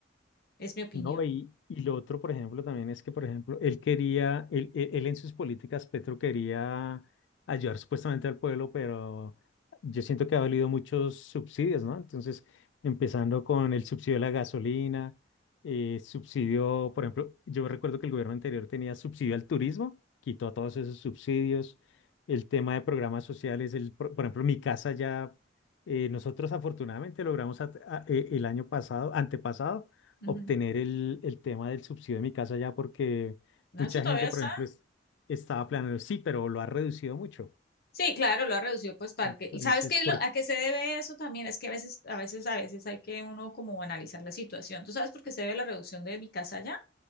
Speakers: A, on the left; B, on the left.
A: Es mi opinión.
B: No, y, y lo otro, por ejemplo, también es que, por ejemplo, él quería, él, él- él en sus políticas, Petro quería ayudar supuestamente al pueblo, pero yo siento que ha valido muchos subsidios, ¿no? Entonces, empezando con el subsidio de la gasolina, eh, subsidio, por ejemplo, yo recuerdo que el gobierno anterior tenía subsidio al turismo, quitó todos esos subsidios, el tema de programas sociales, el, pro- por ejemplo, mi casa ya, eh, nosotros afortunadamente logramos at- a- eh, el año pasado, antepasado,
A: Ujú.
B: obtener el, el tema del subsidio de mi casa ya porque
A: No,
B: mucha
A: eso todavía
B: gente,
A: está.
B: por ejemplo, es- estaba planeando, sí, pero lo ha reducido mucho.
A: Sí, claro, lo ha reducido pues para
B: Entonces,
A: que. ¿Y sabes qué, es
B: por,
A: lo, a qué se debe eso también? Es que a veces, a veces, a veces hay que uno como analizar la situación. ¿Tú sabes por qué se debe la reducción de mi casa allá?